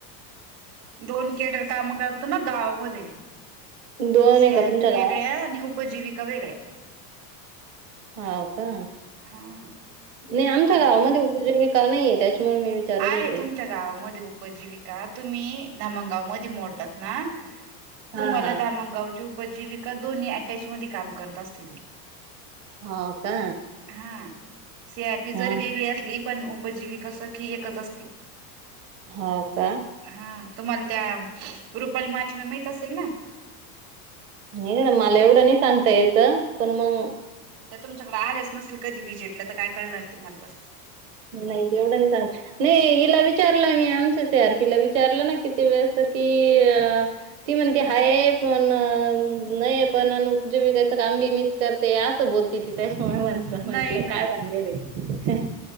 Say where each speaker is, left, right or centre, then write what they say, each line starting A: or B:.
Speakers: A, on the right (about 70°); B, on the right (about 40°).
A: दोन केडर काम करता ना गावामध्ये
B: दोन
A: सी
B: आहे का
A: आर
B: तुमच्या
A: पी वेगळ्या
B: गावात
A: आणि उपजीविका वेगळ्या
B: हो का
A: हा
B: नाही आमच्या
A: आता
B: गावामध्ये उपजीविका नाहीये त्याच्यामुळे मी विचारत
A: आहे
B: होते
A: तुमच्या गावामध्ये उपजीवी का तुम्ही धामनगाव मधी मोडतात ना
B: हा
A: तुम्हाला
B: हा
A: धामनगावची उप पजीविका दोन्ही ॲटॅच मध्ये करत असत्याती.
B: हाव का
A: हा सी आर पी
B: हा
A: जरी वेगळी असली पण उपजीविका असं की एकच असते.
B: हो का
A: हा तुम्हाला त्या रुपाली माछवे माहीत असेल ना
B: नाही गड्या मला एवढं नाही सांगता यायचं पण मंग
A: त्या तुमच्याकडं आल्याच नसेल कधी विजेटला तर काय कळणार तुम्हाला पण
B: नाही तेवढं नाही सांग नाही हिला विचारलं मी आमच्या सी आर पी ला विचारलं ना किती वेळेस ती अ ती म्हणती हाये पण नाये पण न उपजीविकाचं काम बी मीच करते असं बोलती ती त्याच्यामुळे म्हणतो म्हंटलं
A: नाही नाही
B: काय भानगड ए